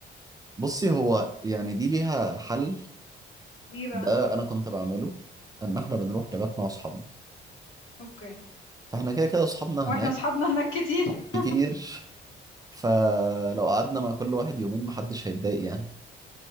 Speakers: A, on the right; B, on the left.
A: بصي هو يعني دي ليها حل
B: ايه بقى
A: ده أنا كنت بعمله إن إحنا بنروح نبات مع أصحابنا
B: اوكي
A: فإحنا كده كده أصحابنا
B: واحنا
A: هناك
B: اصحابنا هناك كتير <laughs>
A: كتير فلو قعدنا مع كل واحد يومين محدش هيتضايق يعني